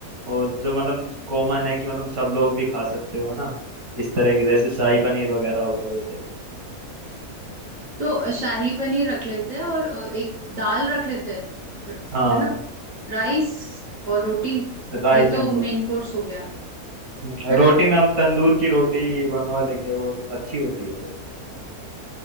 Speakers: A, on the right; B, on the right.
A: और जो मतलब कॉमन है कि मतलब सब लोग भी खा सकते हो ना इस तरह के जैसे शाही पनीर वगैरह हो गया जैसे
B: तो शाही पनीर रख लेते हैं और अ, एक दाल रख लेते हैं र-
A: हाँ
B: है ना राइस और रोटी
A: राइस
B: ये तो
A: एंड रोटी
B: मेन कोर्स हो गया
A: हम्म,
B: है
A: रोटी
B: ना
A: में हम तंदूर की रोटी बनवा लेंगे वो अच्छी होती है थोड़ी